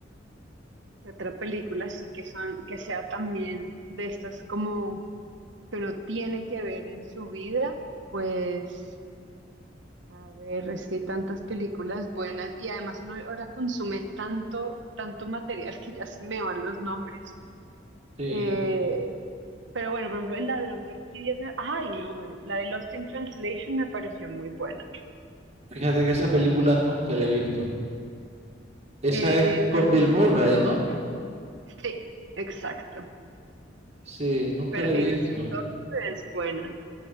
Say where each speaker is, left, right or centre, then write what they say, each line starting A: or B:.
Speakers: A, on the right (about 70°); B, on the right (about 35°).
A: que otra película sí que son, que sea también de estas como que uno tiene que ver en su vida? Pues, a ver, es que hay tantas películas buenas y además uno ahora consume tanto, tanto material que ya se me van los nombres.
B: Sí,
A: Eh, pero bueno, por ejemplo, El Ladrón de Orquídeas, me- ay, no, bueno, la de Lost in Translation me pareció muy buena.
B: fíjate que esa película nunca la he visto. Esa
A: Eh,
B: es con
A: Perdidas
B: Bill Murray,
A: en Tokio,
B: ¿no?
A: sí, exacto.
B: Sí, nunca
A: Perdidas
B: la he visto.
A: en Tokio es buena.